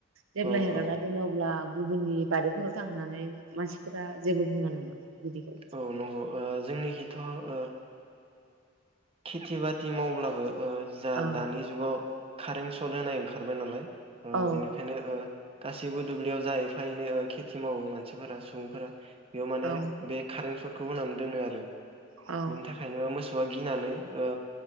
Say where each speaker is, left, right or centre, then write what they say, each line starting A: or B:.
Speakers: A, on the right; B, on the right.
A: जेबब्ला
B: औ
A: हगारना
B: औ
A: दोनो अब्ला बा गुबुननि बारिफोराव थांनानै मानसिफोरा जेबो बुङा नामा बिदिखौ
B: औ नंगौ ओ जोंनिखिथ ओ खेथि बाथि मावब्लाबो ओ जा
A: औ
B: दानि जुगाव कारेन्ट सट होनाय ओंखारबाय नालाय ओ
A: औ
B: बेनिखायनो ओ गासैबो दुब्लियाव जा एफा एनै ओ खेथि मावो मानसिफोरा सुबुंफोरा बेयाव माने
A: औ
B: बे कारेन सट खौ होनानै दोनो आरो
A: औ
B: बिनि थाखायनो मोसौआ गि गिनानै ओ